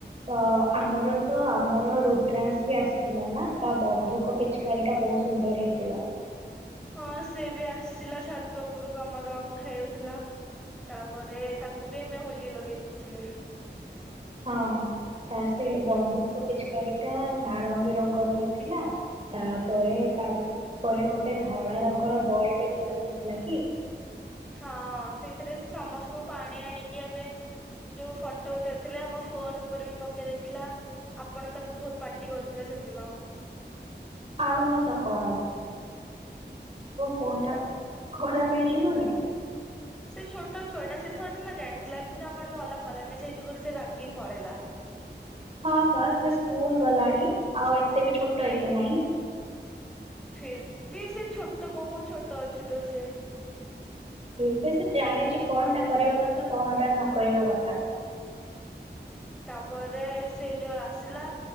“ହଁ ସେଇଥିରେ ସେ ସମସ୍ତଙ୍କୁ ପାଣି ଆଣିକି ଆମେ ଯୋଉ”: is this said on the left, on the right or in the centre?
Centre